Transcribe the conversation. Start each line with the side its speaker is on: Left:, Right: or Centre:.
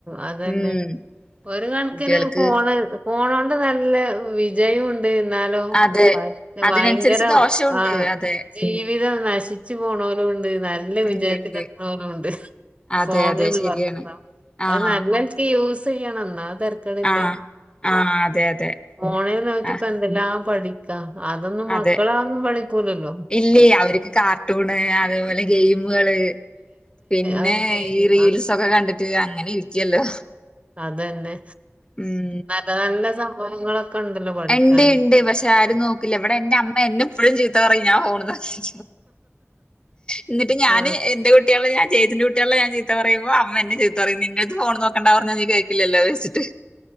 Right: അതന്നെ
Left: ഉം
Right: ഒരു കണക്കിന്
Left: കുട്ടികൾക്ക്
Right: ഫോണ് ഫോണോണ്ട് നല്ല വിജയം ഉണ്ട് എന്ന ഹലോ
Left: അതെ അതിനനുസരിച്ച്
Right: ഭയങ്കര
Left: ദോഷമുണ്ട്
Right: ആ
Left: അതെ
Right: ജീവിതം നശിച്ചു പോണലും കൊണ്ട് നല്ല വിജയത്തി
Left: ഉണ്ട് ഉണ്ട്
Right: രണ്ട്
Left: അതെ
Right: ഫോന്ന്
Left: അതെ ശരിയാണ്
Right: പറഞ്ഞ
Left: ആഹ്
Right: അ നിക്ക് യൂസ് ചെയ്യണംന്നാ തിരക്കടില്ല
Left: ആഹ് ആഹ് അതെ അതെ
Right: ഫോണേൽ നോക്കിപ്പ
Left: ആഹ്
Right: എന്തെല്ലാ ആ പടി അതൊന്നും
Left: അതെ
Right: മക്കളാന്നും പണിക്കൂലല്ലോ
Left: ഇല്ലേ അവർക്ക് കാർട്ടൂണ് അതേപോലെ ഗെയിമുകള് പിന്നെ
Right: അത് ഗെയിമ്
Left: ഈ റീൽസൊക്കെ കണ്ടിട്ട് അങ്ങനെ ഇരിക്കല്ലോ
Right: അതന്നെ
Left: ഉം
Right: നല്ല നല്ല സംഭവങ്ങളൊക്കെ ഉണ്ടല്ലോ പഠിക്കാൻ
Left: എണ്ട് ഉണ്ട് പക്ഷെ ആരും നോക്കില്ല ഇവിടെ എന്റെ അമ്മ എന്നെ എപ്പോഴും ചീത്തറിയും ഞാൻ പോണക്കി എന്നിട്ട് ഞാന്
Right: ആ
Left: എന്റെട്ട കുട്ടികള ഞാൻേത്തിന്റെ കുട്ടികളെ ഞാ ചീത്ത പറയുമ്പോ അമ്മ എന്ന ചീത്ത പറയും നിന്റെടു ഫോൺോക്കണ്ട പറഞ്ഞ നീ കേൾക്കില്ലല്ലോ വെച്ചി്